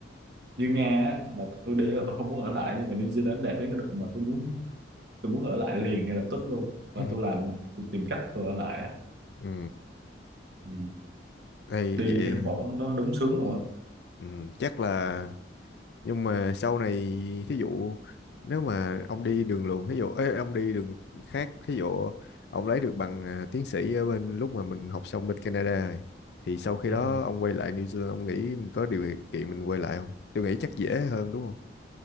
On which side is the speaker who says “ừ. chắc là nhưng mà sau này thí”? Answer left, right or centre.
Left